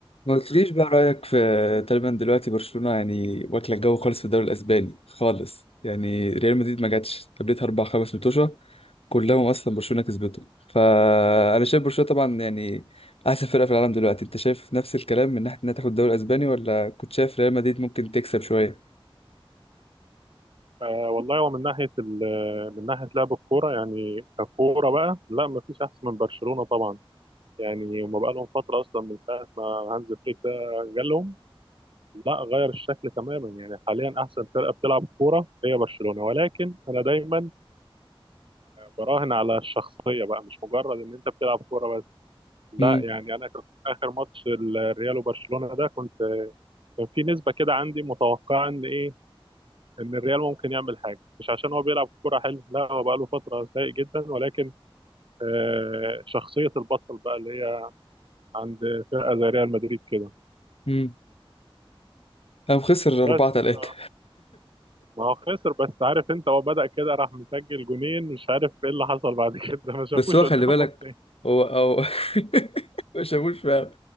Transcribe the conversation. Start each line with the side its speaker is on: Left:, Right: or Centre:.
Left: ما قلتليش بقى رأيك في تقريبا دلوقتي برشلونة يعني واكلة الجو خالص في الدوري الأسباني خالص يعني ريال مدريد ما جاتش قابلتها أربع خمس متوشة كلهم أصلا برشلونة كسبته فأنا شايف برشلونة طبعا يعني أحسن فرقة في العالم دلوقتي أنت شايف نفس الكلام من ناحية إنها تاخد الدوري الأسباني ولا كنت شايف ريال مدريد ممكن تكسب شوية؟
Right: آه والله هو من ناحيه ال- من ناحيه لعب الكوره يعني ككوره بقى لا ما فيش احسن من برشلونه طبعا يعني هما بقى لهم فتره اصلا من ساعه ما هانز فليك ده جالهم لا غير الشكل تماما يعني حاليا احسن فرقه بتلعب كوره هي برشلونه ولكن انا دايما براهن على الشخصيه بقى مش مجرد ان انت بتلعب كوره بس لا
Left: امم
Right: يعني انا كنت في اخر ماتش الريال وبرشلونه ده كنت كان في نسبه كده عندي متوقعه ان ايه ان الريال ممكن يعمل حاجه مش عشان هو بيلعب كوره حلو لا هو بقى له فتره سيء جدا ولكن آه، شخصيه البطل بقى اللي هي عند فرقه زي ريال مدريد كده
Left: امم قام خسر أربعة
Right: بس
Left: تلاتة
Right: ف... ما هو خسر بس عارف انت هو بدأ كده راح مسجل جونين مش عارف ايه اللي حصل بعد <laughs> كده ما شافوش
Left: بس هو خلي
Right: قدامهم
Left: بالك
Right: تاني
Left: هو او <laughs> ما شافوش فعلا